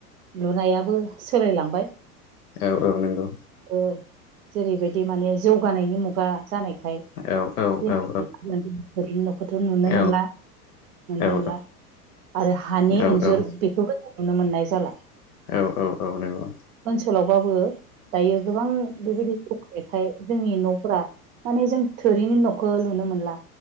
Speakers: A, on the right; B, on the left.
A: लुनायाबो सोलायलांबाय
B: औ औ नोंगौ
A: ओ जेरैबायदि माने जौगानायनि मुगा जानाय खाय
B: औ औ औ
A: <unintelligible>
B: औ
A: खौथ' नुनो
B: औ
A: मोनला नुनो
B: औ
A: मोनला आरो हानि
B: औ औ
A: इन्जुर
B: नंगौ
A: बेखौबो नुनो मोननाय जाला
B: औ औ औ नंगौ
A: सोलावबाबो दायो गोबां बेबायदि <unintelligible> जोंनि न'फोरा माने जों थोरिनि न'खो लुनो मोनला